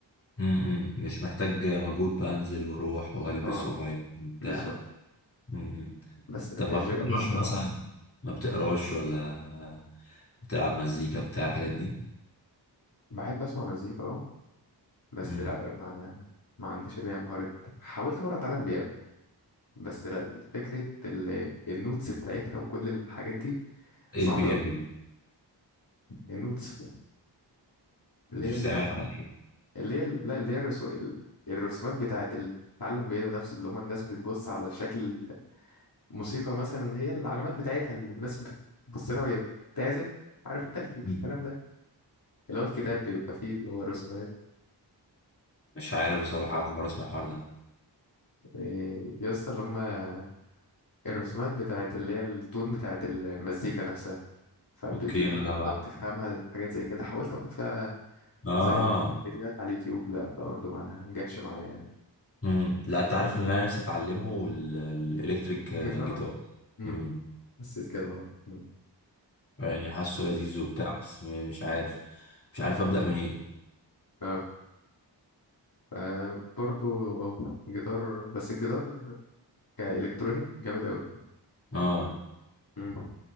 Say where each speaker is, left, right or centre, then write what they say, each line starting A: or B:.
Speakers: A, on the left (about 30°); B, on the left (about 55°).
A: مم. مش محتاج مجهود بقى انزل واروح والبس
B: اه
A: واغير بتاع
B: بالظبط
A: مم.
B: بس لا
A: طب ما
B: الجيم
A: بتقراش
B: الصراحة
A: مثلا ما بتقراش ولا آه، بتلعب مزيكا بتاع الحاجات دي
B: بحب أسمع مزيكا اه بس
A: مم.
B: لا ما ما عنديش اللي هي مهارة حاولت مرة أتعلم بيانو بس لا فكرة ال- النوتس بتاعتها وكل الحاجات دي
A: ايه
B: صعبة
A: البي
B: أوي
A: ام دي
B: النوتس اللي
A: دي
B: هي
A: بتستعملها
B: ال-
A: على ايه
B: اللي هي ال- لا اللي هي الرسو... ال- الرسومات بتاعة التعلم بيد نفسه اللي هما الناس بتبص على شكل موسيقى مثلا هي العلامات بتاعتها اللي الناس بتبص لها وهي بتعزف عارف انت الك- الكلام
A: مم.
B: ده اللي هو الكتاب بيبقى فيه اللي هو رسومات
A: مش عارف بصراحة أول مرة أسمع الحوار ده
B: إيه، يا اسطى اللي هما الرسومات بتاعة اللي هي التون بتاعة المزيكا نفسها فلازم
A: أوكي مالها
B: تكون
A: بقى
B: تفهمها حاجات زي كده حاولت اخد فيها
A: آه
B: زي فيديوهات على اليوتيوب لا برضه ما جاتش معايا يعني
A: مم. لا أنت عارف اللي أنا نفسي أتعلمه ال- ال- الإلكتريك آه،
B: جيتارة
A: جيتار
B: مم.
A: مم.
B: حسيت كده برضه مم.
A: يعني حاسه لذيذ وبتاع بس م- مش عارف مش عارف أبدأ منين
B: اه آه برضو اه جيتار بس الجيتار كإلكترونيك جامد أوي
A: آه
B: مم.